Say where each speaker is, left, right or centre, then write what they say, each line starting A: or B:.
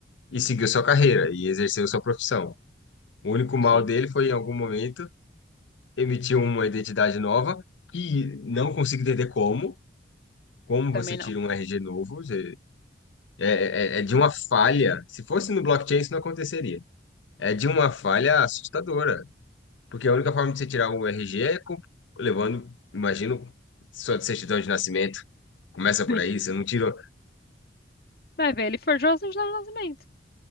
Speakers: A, on the left; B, on the left.
A: e seguiu sua carreira e exerceu sua profissão. O único mal
B: Sim,
A: dele foi, em algum momento, emitir uma identidade nova e não consigo entender como. Como
B: também
A: você
B: não.
A: tira um RG novo? você- É, é, é de uma falha. Se fosse no blockchain, isso não aconteceria. É de uma falha assustadora, porque a única forma de você tirar o RG é com- levando, imagino, sua certidão de nascimento. Começa por
B: <laughs>
A: aí, você não tirou.
B: Vai ver, ele forjou a certidão de nascimento